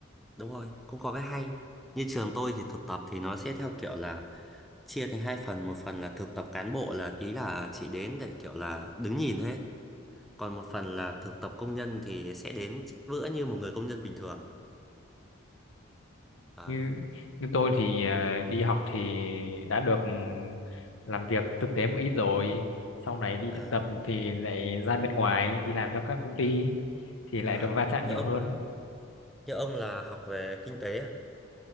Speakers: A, in the centre; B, on the left (about 70°).
A: đúng rồi cũng có cái hay như trường tôi thì thực tập thì nó sẽ theo kiểu là chia thành hai phần một phần là thực tập cán bộ là ý là chỉ đến để kiểu là đứng nhìn thôi ấy. còn một phần là thực tập công nhân thì sẽ đến bữa như một người công nhân bình thường đấy
B: như như tôi thì ờ, đi học thì đã được ừ, làm việc thực tế một ít rồi sau này đi
A: Ờ.
B: thực tập thì lại ra bên ngoài đi làm cho các công ty thì lại
A: À,
B: được va
A: như
B: chạm nhiều
A: ông
B: hơn
A: là như ông là học về kinh tế à?